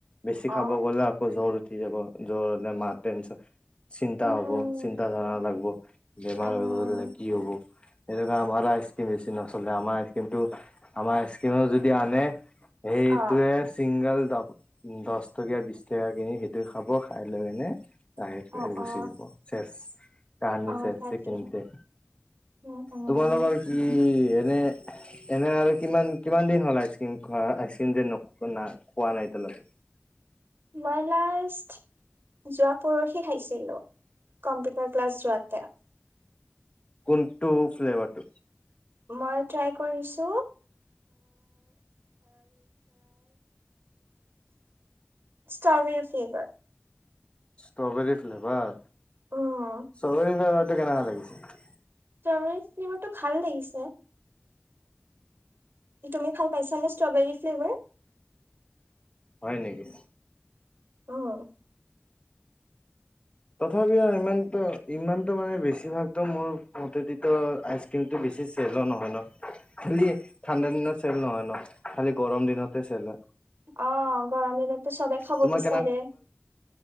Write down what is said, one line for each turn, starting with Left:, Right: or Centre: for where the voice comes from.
Left: বেছি
Right: অ
Left: খাব গ'লে আকৌ জ্বৰ উঠি যাব জৰে মাৰটেনচ চিন্তা
Right: উম
Left: হব
Right: উম
Left: চিন্তাধাৰা লাগিব বেমাৰ
Right: উম
Left: হৈ গলে কি হব। এনেকা আমাৰ আইচ ক্ৰীমনিচিনা আচলতে আমাৰ আইচত্ৰীমটো আমাৰ স্কিমত যদি আনে সেইটোয়ে
Right: অ
Left: চিংগল দহ টকীয়া বিশ টকা কিনি সেইটো খাব খাই লৈ মনে
Right: অ অ
Left: গুচি যাব চে কাহানী
Right: অ
Left: চেচ
Right: তাকে
Left: সখিনতেে
Right: উম উম
Left: তোমালোকৰ কি এনে এনে আৰু কিমান কিমান দিন হ'ল আইচক্ৰীম খোৱা আইচক্ৰীম যে ন না খোৱা নাই এতিয়ালৈ
Right: মই লাষ্ট যোৱা পৰহি খাইছিলো কম্পিউটাৰ ক্লাছ যোৱাতে
Left: কুন্টু ফ্লেভাৰট
Right: মই ট্ৰাই কৰিছো ষ্ট্ৰবেৰী ফ্লেভাৰ।
Left: Strawberry flavour.
Right: উম
Left: চবৰি খ টো কেনেকা লাগিছে
Right: চল চমাটো ভাল লাগিছে তুমি ভাল পাইছানে ষ্ট্ৰবেৰী ফ্লেভাৰ
Left: হয় নেকি?
Right: আহ
Left: তথাপিও ইমানত ইমানতো মানে বেছিভাগতো মোৰ মতেদিতো আইচক্ৰীমটো বেছি চেলো নহয় ন খালি ঠাণ্ডা দিনত চেল নহয় ন খালি গৰম দিনতে চেল
Right: অ গৰম দিনততো চবে খাব
Left: তোমাক
Right: বিচাৰে ।